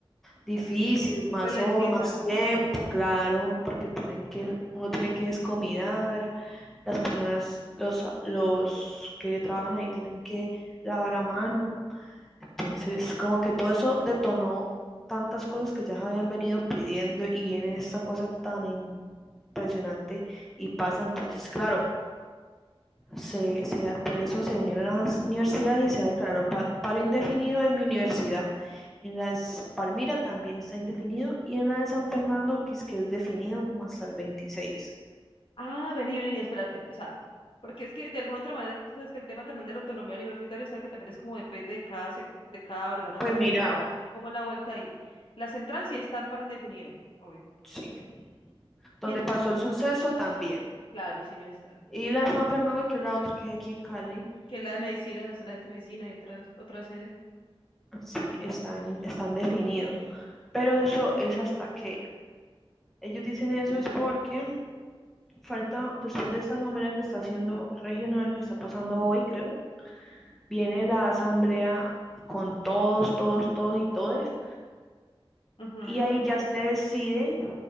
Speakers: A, in the centre; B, on the left.
A: difícil,
B: re-
A: más,
B: Ralentiza.
A: ho- más tiempo, claro, porque tienen que, uno tiene que descomidar, las personas, los, los que trabajan ahí tienen que lavar a mano. Entonces, como que todo eso detonó tantas cosas que ya se habían venido pidiendo y viene esta cosa tan impresionante y pasa. Entonces, claro, se, se- por eso se unieron a las universidades y se ha declarado pa- paro indefinido en mi universidad. En la de Palmira también está indefinido y en la de San Fernando, que es, que es definido como hasta el 26.
B: Ah, vení, vení, espérate. O sea, porque es que de alguna otra manera, tú sabes que el tema también de la autonomía universitaria, o sea, que también es como depende de cada, sec- de cada órgano, o
A: Pues
B: sea,
A: mira,
B: cómo es la vuelta ahí. La central sí está en paro indefinido, obvio.
A: sí, donde
B: ¿Quién?
A: pasó el suceso también.
B: Claro, sí debe estar.
A: Y la de San Fernando, que es la otra que es aquí en Cali,
B: Que la de medicina, donde está la gente de medicina y otras, otra sede.
A: sí, están, están definidos. Pero eso es hasta que. Ellos dicen eso es porque falta, después de esta asamblea que está haciendo regional, que está pasando hoy, creo, viene la asamblea con todos, todos, todos y todes,
B: Ujú.
A: y ahí ya se decide